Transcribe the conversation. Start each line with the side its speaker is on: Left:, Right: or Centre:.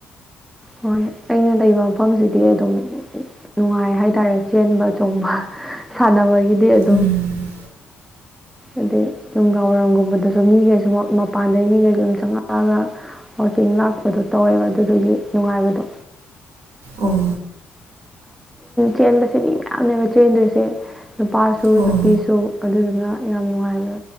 Centre: ꯍꯣꯏ ꯑꯩꯅ ꯂꯩꯕ ꯃꯐꯝꯁꯤꯗꯤ ꯑꯗꯨꯝ ꯅꯨꯡꯉꯥꯏ ꯍꯥꯏꯇꯥꯔꯦ ꯆꯦꯟꯕ ꯆꯣꯡꯕ ꯁꯥꯟꯅꯕꯒꯤꯗꯤ ꯑꯗꯨꯝ
Right: ꯎꯝ
Centre: ꯑꯗꯩ ꯅꯨꯡꯗꯥꯡ ꯋꯥꯏꯔꯝꯒꯨꯝꯕꯗꯁꯨ ꯃꯤꯈꯩꯁꯨ ꯃꯄꯥꯟꯗꯒꯤ ꯃꯤꯈꯩꯁꯨ ꯁꯨꯝ ꯆꯪꯉꯛꯑꯒ ꯋꯥꯆꯤꯡ ꯂꯥꯛꯄꯗꯣ ꯇꯧꯋꯦꯕ ꯑꯗꯨꯗꯨꯒꯤ ꯅꯨꯡꯉꯥꯏꯕꯗꯣ
Right: ꯑꯣ
Centre: ꯆꯦꯟꯕꯁꯦ ꯃꯤ ꯃꯌꯥꯝꯅꯦꯕ ꯆꯦꯟꯗꯣꯏꯁꯦ ꯅꯨꯄꯥꯁꯨ
Right: ꯑꯣ
Centre: ꯅꯨꯄꯤꯁꯨ ꯑꯗꯨꯗꯨꯅ ꯌꯥꯝ ꯅꯨꯡꯉꯥꯏꯕ